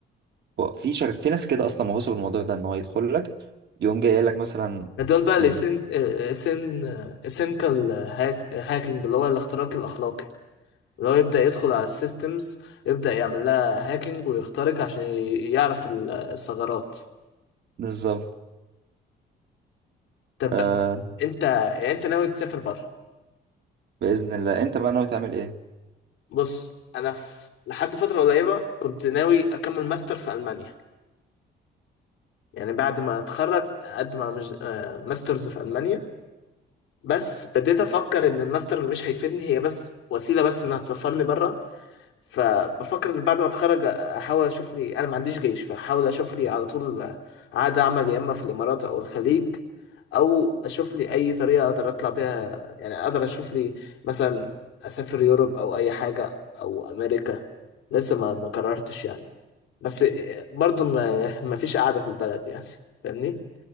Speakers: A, on the right; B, on the left.
A: هو في شرك في ناس كده اصلا مهووسه بالموضوع ده ان هو يدخل لك يقوم جاي قايل لك مثلا
B: دول بقى الاسين
A: انت
B: الاسين اسينكال هاكينج اللي هو الاختراق الأخلاقي اللي هو يبدأ يدخل على السيستمز يبدأ يعمل لها هاكينج ويخترق عشان ي- يعرف ال- الثغرات
A: بالظبط
B: طب
A: آه
B: انت يعني انت ناوي تسافر بره
A: باذن الله انت بقى ناوي تعمل ايه
B: بص انا في لحد فتره قريبه كنت ناوي اكمل ماستر في المانيا يعني بعد ما اتخرج اقدم على مج... آه، ماسترز في المانيا بس بديت افكر ان الماستر مش هيفيدني هي بس وسيله بس انها تسفرني بره فبفكر ان بعد ما اتخرج احاول اشوف لي انا ما عنديش جيش فاحاول اشوف لي على طول عقد عمل يا اما في الامارات او الخليج او اشوف لي اي طريقه اقدر اطلع بيها يعني اقدر اشوف لي مثلا اسافر يوروب او اي حاجه او امريكا لسه ما ما قررتش يعني بس برضو ما ما فيش قاعده في البلد يعني فاهمني